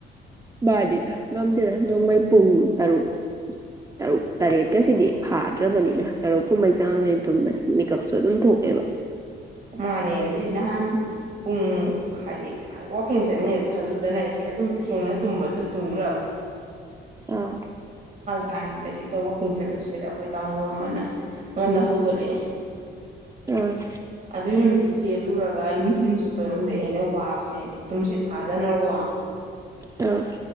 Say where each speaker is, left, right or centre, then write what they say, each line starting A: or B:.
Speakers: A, on the right (about 15°); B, on the right (about 40°).
A: ꯗꯗ ꯉꯝꯗꯦꯗ ꯅꯣꯡꯃꯩ ꯄꯨꯡ ꯇꯔꯨꯛ ꯇꯔꯨꯛ ꯇꯔꯦꯠ ꯀ ꯁꯤꯗꯤ ꯐꯥꯗ꯭ꯔꯕꯅꯤꯅ ꯇꯔꯨꯛ ꯀꯨꯝꯍꯩ ꯆꯥꯡꯗꯨꯅꯤ ꯇꯨꯝꯁ ꯃꯦꯀꯞꯁꯨ ꯑꯗꯨꯝ ꯊꯣꯛꯑꯦꯕ
B: ꯃꯥꯅꯦ ꯑꯗꯩ ꯅꯍꯥꯟ ꯄꯨꯡ ꯍꯥꯏꯗꯤ ꯋꯥꯋꯥꯛꯀꯤꯡ ꯆꯠꯅꯤꯅ ꯈꯜꯂꯨꯗꯅ ꯑꯩꯁꯦ ꯑꯗꯨꯝ ꯊꯦꯡꯅ ꯇꯨꯝꯕꯗꯨꯣ ꯇꯨꯝꯈ꯭ꯔꯕ
A: ꯑꯥ
B: ꯀꯥꯟꯁꯤꯗ ꯍꯦꯛꯇ ꯋꯥꯋꯥꯛꯀꯤꯡ ꯆꯠꯂꯨꯁꯦꯗ ꯑꯩꯈꯣꯏ ꯇꯥꯃꯣ ꯑꯃꯅ ꯉꯟꯅ ꯍꯧꯗꯣꯛꯂꯛꯑꯦ
A: ꯑ
B: ꯑꯗꯨꯏ ꯅꯨꯃꯤꯠꯇꯨ ꯆꯦꯜꯂꯨꯔꯒ ꯅꯨꯡꯊꯤꯤꯟ ꯆꯨꯞꯄ ꯌꯨꯝꯗꯩ ꯑꯩꯅ ꯋꯥꯕꯁꯦ ꯍꯥꯏꯕꯗꯤ ꯇꯨꯝꯁꯦ ꯐꯥꯗꯅꯀꯣ
A: ꯑ